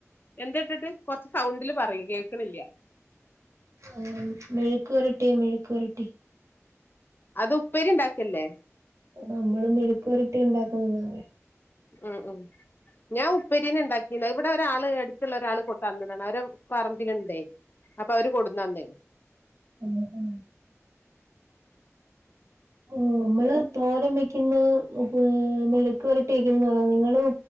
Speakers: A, on the left; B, on the right.
A: എന്ത്‌ ഇട്ടിട്ട് കൊറച്ച് സൗണ്ടില് പറയു കേക്ക്ണില്ല.
B: ആ മെഴുക്കുപെരട്ടി മെഴുക്കുപെരട്ടി
A: അത് ഉപ്പേരി ഉണ്ടാക്കല്ലേ.
B: നമ്മള് മെഴുക്കുപെരട്ടി ഉണ്ടാക്കുന്നെന്ന പറയാ
A: ഉം ഉം ഞാൻ ഉപ്പേരിന്നേ ഇണ്ടാക്കി പിന്നെ ഇവിടെ ഒരാള് എടുത്തുള്ള ഒരാള് കൊ തന്നതാണ്. അവരെ പറമ്പില്ണ്ടേ. അപ്പൊ അവര് കൊടുന്നന്ന്
B: പറയ നമ്മള് തോരൻ വെക്കുന്നത് മെഴക്ക് പെരട്ടി വെക്കുന്ന പറയാ നിങ്ങള്